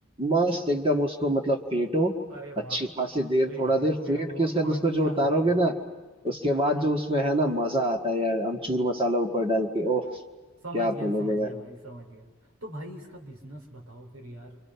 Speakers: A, on the right; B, on the right.
A: मस्त एकदम उसको मतलब फेटो
B: अरे
A: अच्छी
B: वाह
A: खासी देर
B: अरे
A: थोड़ा
B: यार
A: देर
B: मेरे
A: फेट
B: मुंह
A: के उसका
B: में पानी
A: उसको जो
B: <laughs>
A: उतारोगे
B: आ रहा है
A: ना उसके बाद
B: हाँ
A: जो उसमें है ना मजा आता है यार अमचूर मसाला ऊपर डाल के ओह
B: समझ
A: क्या
B: गया
A: बोलोगे
B: समझ गया भाई समझ गया तो भाई इसका बिजनेस बताओ फिर यार